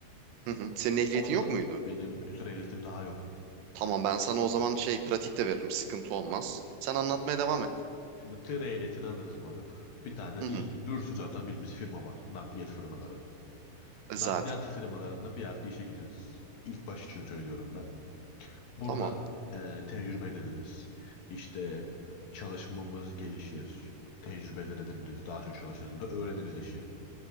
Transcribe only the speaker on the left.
Onda
benim tır ehliyetim daha yok.
Şimdi tır ehliyetini alırız moruk. Bir tane
il,
bir sürü zaten bildiğimiz firma var. Nakliyat firmaları.
Nakliyat
firmalarında bir yerde işe gireriz. İlk baş için söylüyorum ben. Burada
e, tecrübe ediniriz. İşte çalışmamız gelişir. Tecrübeler ediniriz. Daha çok çalışırız. Burada öğreniriz işi.